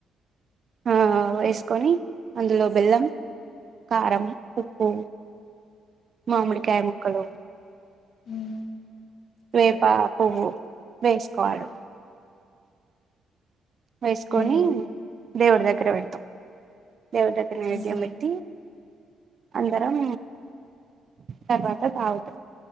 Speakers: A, on the right; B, on the left.
A: ఆ వేసుకొని అందులో బెల్లం కారం ఉప్పు మామిడికాయ ముక్కలు
B: ఉహ్
A: వేప పువ్వు వేసుకోవాలి వేసుకొని
B: ఉమ్
A: దేవుడు దగ్గర పెడతాం దేవుడు దగ్గర నైవేద్యం
B: ఉహు
A: బేట్టి అందరం తర్వాత తాగుతాం